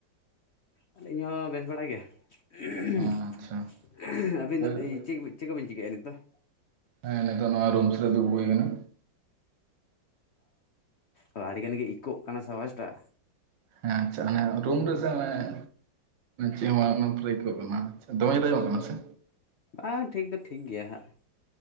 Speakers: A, on the left; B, on the right.
A: ᱟᱞᱤᱧ ᱦᱚᱸ ᱵᱮᱥ ᱵᱟᱲᱟ ᱜᱮ <unintelligible>
B: ᱟᱪᱪᱷᱟ
A: ᱟᱹᱵᱤᱱ
B: ᱦᱮᱸ
A: ᱫᱚ ᱪᱮᱫ ᱠᱚ ᱵᱤᱱ ᱪᱮᱫ ᱠᱚᱵᱤᱱ ᱪᱤᱠᱟᱹᱭᱮᱫᱼᱟ ᱱᱤᱛᱳᱜ?
B: ᱦᱮᱸ ᱱᱤᱛᱚᱜ ᱱᱚᱜ-ᱚᱭ ᱨᱩᱢ ᱥᱮᱫ ᱨᱮ ᱫᱩᱲᱩᱵ ᱦᱩᱭ ᱟᱠᱟᱱᱟ᱾
A: ᱚ ᱟᱹᱰᱤ ᱜᱟᱱ ᱜᱮ ᱤᱠᱳᱹᱜ ᱠᱟᱱᱟ ᱥᱮ ᱟᱣᱟᱡᱽᱴᱟᱜ᱾
B: ᱦᱮᱸ ᱟᱪᱪᱷᱟ ᱢᱟᱱᱮ ᱨᱩᱢ ᱨᱮᱥᱮ ᱢᱟᱱᱮ ᱡᱮᱢᱚᱱ ᱚᱱᱮ ᱵᱨᱮᱠ-ᱚᱜ ᱠᱟᱱᱟ ᱟᱪᱪᱷᱟ ᱫᱚᱢᱮ ᱡᱳᱨ ᱟᱸᱡᱚᱢ-ᱚᱜ ᱠᱟᱱᱟ ᱥᱮ?
A: ᱟ ᱴᱷᱤᱠ ᱫᱚ ᱴᱷᱤᱠ ᱜᱮᱭᱟ ᱦᱟᱜ᱾